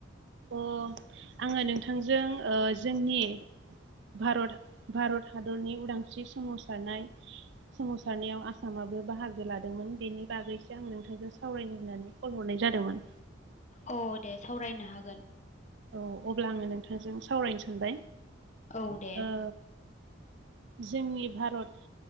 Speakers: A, on the right; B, on the left.
A: अ आङो नोंथांजों ओ जोंनि भारत भारत हादरनि उदांस्रि सोमावसारनाय सोमावसारनायाव आसामाबो बाहागो हागो लादोंमोन बेनि बागैसो आं नोंथांजों सावरायनो होननानै कल हरनाय जादोंमोन।
B: अ दे सावरायनो हागोन।
A: औ अब्ला आङो नोंथांजों सावरायनो सानबाय।
B: औ दे
A: ओ जोंनि भारत